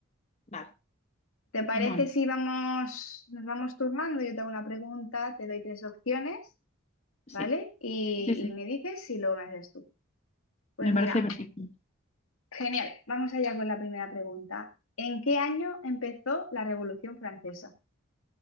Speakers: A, on the left (about 30°); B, on the left (about 80°).
A: vale.
B: ¿Te parece
A: Bueno,
B: si vamos, nos vamos turnando? Yo te hago una pregunta, te doy tres opciones,
A: sí,
B: ¿vale? Y,
A: sí, sí,
B: y me dices y luego me haces tú. Pues
A: me
B: mira,
A: parece perfecto.
B: genial, vamos allá con la primera pregunta. ¿En qué año empezó la Revolución Francesa?